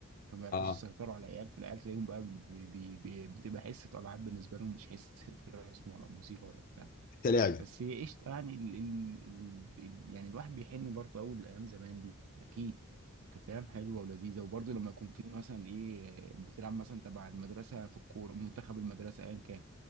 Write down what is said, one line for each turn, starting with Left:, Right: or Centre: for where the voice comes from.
Right: فما بيعرفوش
Left: اه
Right: يسيطروا على العيال فالعيال تلاقيهم بقى بي بي بي بتبقى حصة ألعاب بالنسبة لهم مش حصة رسم ولا موسيقى ولا بتاع
Left: حتى لعب
Right: بس هي قشطة يعني ال ال ال ال- يعني الواحد بيحن برضه أول الأيام زمان دي أكيد كانت أيام حلوة ولذيذة وبرضه لما يكون في مثلا إيه بتلعب مثلا تبع المدرسة في الكورة منتخب المدرسة أيا كان